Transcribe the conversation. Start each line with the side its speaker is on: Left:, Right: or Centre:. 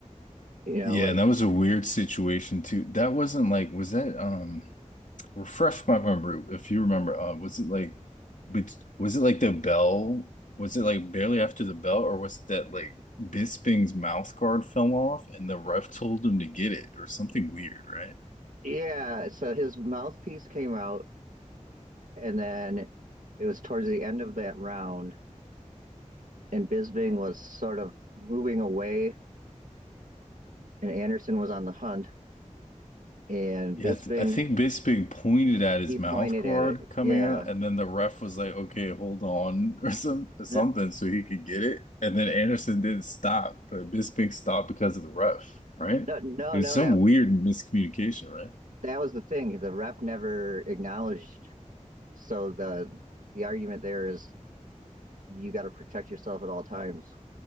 Right: you know,
Left: yeah,
Right: like
Left: and that was a weird situation too. That wasn't like was that um refresh my memory if you remember uh was it like but was it like the bell was it like barely after the bell or was it that like Bisping's mouth guard fell off and the ref told him to get it or something weird right
Right: yeah. So his mouthpiece came out, and then it was towards the end of that round, and Bisbing was sort of moving away, and Anderson was on the hunt, and
Left: yeah
Right: Bisbing
Left: I, th I think Bisping pointed at his
Right: he
Left: mouth
Right: pointed
Left: guard
Right: at it.
Left: coming
Right: Yeah.
Left: out and then the ref was like okay hold on <laughs> or some something
Right: No,
Left: so he could get it and then Anderson didn't stop but Bisping stopped because of the ref right
Right: no, no,
Left: it was
Right: no.
Left: some
Right: That
Left: weird miscommunication right
Right: that was the thing. The ref never acknowledged So the the argument there is you got to protect yourself at all times,